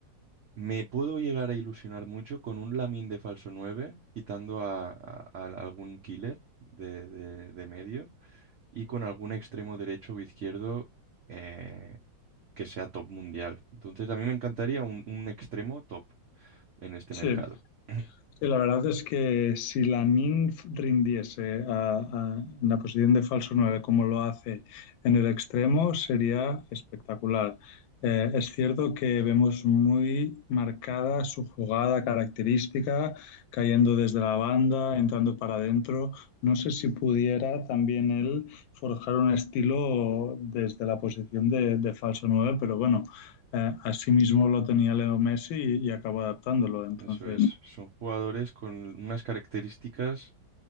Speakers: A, on the right (about 70°); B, on the left (about 85°).
A: me puedo llegar a ilusionar mucho con un Lamin de falso 9 quitando a, a- a algún killer de de- de medio y con algún extremo derecho o izquierdo eh, que sea top mundial. Entonces, a mí me encantaría un, un extremo top en este
B: sí,
A: mercado. <clears throat>
B: Sí, la verdad es que si Lamin rindiese a- a- en la posición de falso 9 como lo hace en el extremo, sería espectacular. Eh, es cierto que vemos muy marcada su jugada característica, cayendo desde la banda, entrando para adentro. No sé si pudiera también él forjar un estilo desde la posición de, de falso 9, pero bueno, eh, así mismo lo tenía Leo Messi y, y acabó adaptándolo. Entonces.
A: Eso es, son jugadores con unas características